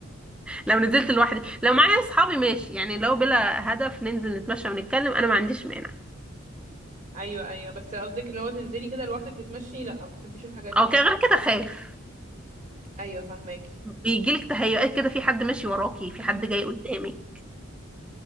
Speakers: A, in the centre; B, on the right.
A: لو نزلت لوحدي لو معايا اصحابي ماشي يعني لو بلا هدف ننزل نتمشى ونتكلم انا ما عنديش مانع
B: ايوه ايوه بس قصدك اللي هو تنزلي كده لوحدك تتمشي لا ما بتحبيش الحاجات دي
A: او كده غير كده خايف
B: ايوه فاهماكي
A: بيجيلك تهيؤات كده في حد ماشي وراكي في
B: <laughs>
A: حد جاي قدامي